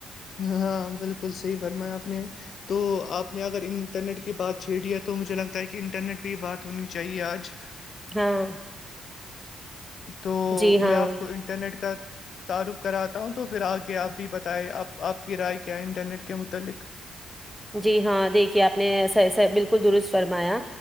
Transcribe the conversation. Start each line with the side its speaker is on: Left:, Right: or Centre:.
Left: ہاں بالکل صحیح فرمایا آپ نے تو آپ نے اگر انٹرنیٹ کی بات چھیڑ ہے تو مجھے لگتا ہے کہ انٹرنیٹ پہ ہی بات ہونی چاہیے آج
Centre: ہاں
Left: تو
Centre: جی ہاں
Left: میں آپ کو انٹرنیٹ کا تعارف کراتا ہوں تو پھر آگے آپ بھی بتائیں اب آپ کی رائے کیا ہے انٹرنیٹ کے متعلق
Centre: جی ہاں دیکھیے آپ نے ایسا ایسا بالکل درست فرمایا